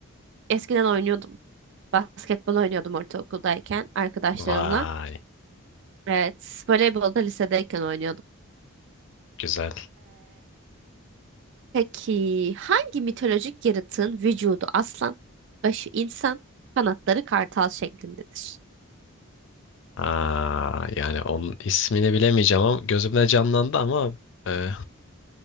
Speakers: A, on the right; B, on the left.
A: eskiden oynuyordum. Basketbol oynuyordum ortaokuldayken arkadaşlarımla.
B: Vay.
A: Evet, voleybol da lisedeyken oynuyordum.
B: Güzel.
A: Peki hangi mitolojik yaratığın vücudu aslan, başı insan, kanatları kartal şeklindedir?
B: Aa, yani onun ismini bilemeyeceğim ama gözümde canlandı ama e,